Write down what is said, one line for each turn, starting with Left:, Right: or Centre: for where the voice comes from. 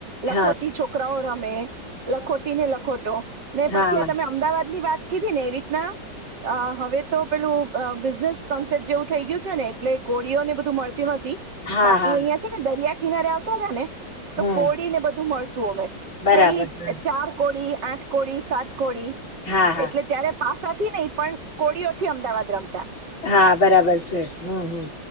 Right: લખોટી
Left: હા
Right: છોકરાઓ રમે. લખોટી ને લખોટો ને
Left: હા
Right: પછી આ
Left: હા
Right: તમે અમદાવાદ ની વાત કીધીટીને રિતના અ હવે તો પેલું બિઝનેસ કોન્સેપ્ટ જેવું થઈ ગયું છે ને. એટલે કોળીઓ ને બધું મળતી નથી,
Left: હા
Right: બાકી
Left: હા
Right: અહિયાં છે ને દરિયા કિનારે આવતા જ ને.
Left: હમ
Right: તો કોળી ને બધું મળતું મે
Left: બરાબર
Right: તો ઈ
Left: હા
Right: ચાર કોડી આઠ કડી સાત કોડી,
Left: હા હા
Right: એટલે ત્યારે પાસ નહી પણ, કોળીઓ થી અમદાવાદ રમ
Left: હા બરાબર છે હમ હમ.